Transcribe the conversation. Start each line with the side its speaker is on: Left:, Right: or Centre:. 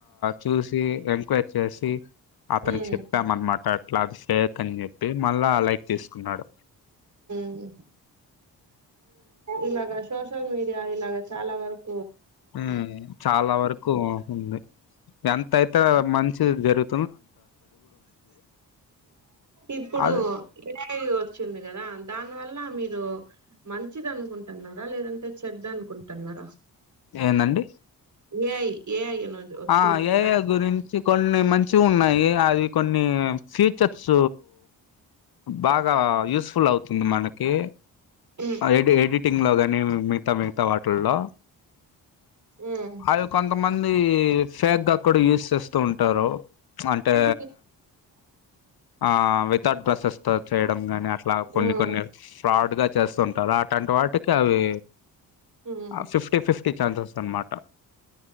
Left: చూసి ఎంక్వై చేసి అతనికి
Right: ఉమ్
Left: చెప్పా మన్మాట అట్లా అది ఫేక్ అని చెప్పి మళ్ళా లైక్ తీసుకున్నాడు.
Right: మ్. ఇలాగా సోషల్ మీడియా ఇలాగ చాలా వరక్
Left: మ్ చాలా వరకు ఉంది. ఎంతయితే మంచి జరుగు
Right: ఇప్పుడు
Left: అది
Right: <unintelligible> వచ్చింది కదా దాని వల్ల మీరు మంచిదనుకుంటున్నారా లేదంటే చెడ్డ అనుకుంటున్న డ్రా
Left: ఏందండి.
Right: ఏ ఐ ఏఐ అనేది వచ్చింది
Left: ఆ
Right: కదా
Left: ఏ ఐ గురించి కొన్ని మంచి ఉన్నాయి. అది కొన్ని ఫ్యూచర్స్ బాగా యూస్పుల్ అవుతుంది మనకి
Right: ఉమ్
Left: ఆఎడి ఎడిటింగ్ లో గాని మిగతా మిగతా వాటిల్లో
Right: ఉమ్
Left: అవి కొంతమంది ఫేక్ గా కూడా యూజ్ చేస్తూ ఉంటారు అంటే
Right: ఇప్పుడు
Left: ఆ వితౌట్ బడ్రెసెస్ త చేయడం గనీ అని అట్లా కొన్ని
Right: ఉమ్
Left: కొన్ని ఫ్రాడ్ గా చేస్తుంటారు అలాంటి వాటికి అవి
Right: ఉమ్
Left: ఆ ఫిఫ్టీ ఫిఫ్టీ ఛాన్సెస్ అనమాట